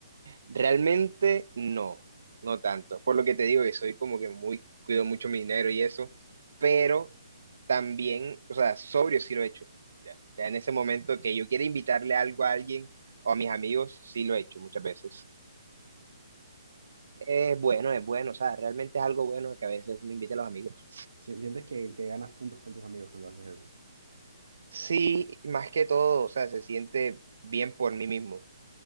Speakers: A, on the right (about 55°); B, on the right (about 80°).
A: Realmente no, no tanto. Por lo que te digo, que soy como que muy, cuido mucho mi dinero y eso, pero también, o sea, sobrio sí lo he hecho. Ya, ya en ese momento que yo quiero invitarle algo a alguien o a mis amigos, sí lo he hecho muchas veces. Es bueno, es bueno, o sea, realmente es algo bueno que a veces uno invita a los amigos.
B: Si- Sientes que, que ganas puntos con tus amigos cuando haces eso.
A: Sí, más que todo, o sea, se siente bien por mí mismo.